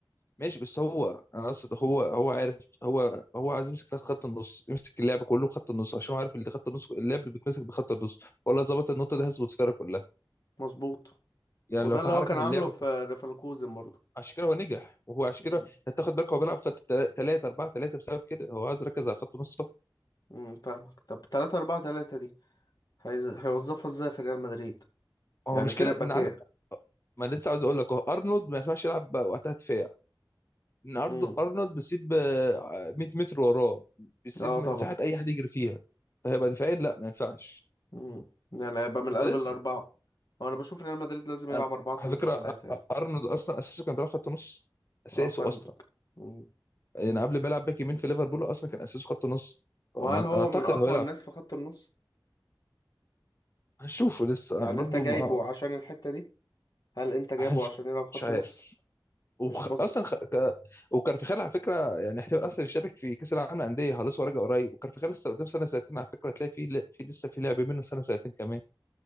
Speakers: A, on the left (about 35°); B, on the left (about 55°).
A: ماشي بس هو انا قصد هو هو عارف هو هو عايز يمسك خط النص يمسك اللعب كله خط النص عشان هو عارف اللي خط النص اللعب بيتمسك بخط النص ولا ظبط النقطه دي هيظبط الفرقه كلها
B: مظبوط
A: يعني
B: وده
A: لو
B: اللي
A: في حركه
B: هو كان عامله
A: في اللعب
B: في
A: ك-
B: ليفركوزن برضه
A: عشان كده هو نجح وهو عشان
B: مم.
A: كده هتاخد بالك هو بيلعب خط 3 4 3 بسبب كده هو عايز يركز على خط النص
B: مم، فاهمك طب 3 4 3 دي هيز... هيوظفها ازاي في ريال مدريد
A: هو
B: يعني
A: المشكله
B: فين الباكين
A: ان عندك ما أنا لسه عاوز اقول لك اهو ارنولد ما ينفعش يلعب بقى وقتها دفاع ان
B: امم
A: أرد- ارنولد بيسيب آه، 100 متر وراه بيسيب
B: اه طبعا
A: مساحه اي حد يجري فيها فهيبقى دفاعيا لا ما ينفعش
B: امم يعني هيبقى من قلب
A: فلسه
B: الاربعه هو انا بشوف ريال مدريد لازم يلعب
A: انا
B: 4 3
A: على فكره
B: 3
A: أ-
B: يعني
A: أ- ارنولد اصلا اساسه كان بيلعب خط نص اساسه
B: اه فاهمك
A: اصلا
B: مم.
A: يعني قبل ما يلعب باك يمين في ليفربول اصلا كان اساسه خط نص
B: وهل
A: فما
B: هو
A: اعتقد
B: من اقوى
A: هو يلعب
B: الناس في خط النص
A: هنشوفه لسه
B: يعني
A: أنا برضو
B: انت جايبه
A: ما
B: عشان الحته دي هل انت جايبه
A: هنش...
B: عشان يلعب خط
A: مش عارف
B: نص
A: وخ...
B: مش بص
A: اصلا خ... ك... وكارفخال على فكره يعني احتمال اصلا يشارك في كاس العالم للانديه خلاص هو راجع قريب وكارفخال لسه قدام سنه سنتين على فكره هتلاقي في في لسه في لعب منه سنه سنتين كمان